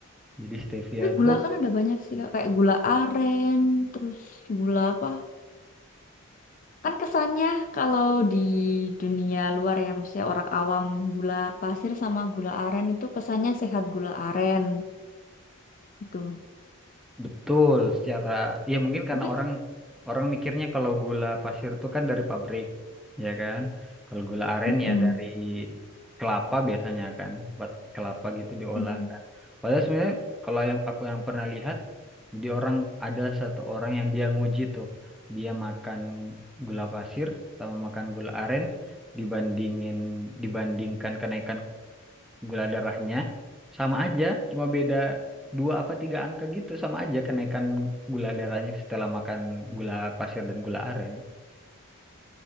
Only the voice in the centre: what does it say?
jadi stevia
tuh
Betul, secara ya mungkin karena
orang orang mikirnya kalau gula pasir itu kan dari pabrik, ya kan? Kalau gula aren
ya dari kelapa biasanya kan, buat kelapa gitu diolah
kan. Padahal sebenarnya kalau yang aku yang pernah lihat, jadi orang ada satu orang yang dia nguji tuh, dia makan gula pasir sama makan gula aren dibandingin dibandingkan kenaikan gula darahnya sama aja, cuma beda dua apa tiga angka gitu sama aja kenaikan gula darahnya setelah makan gula pasir dan gula aren.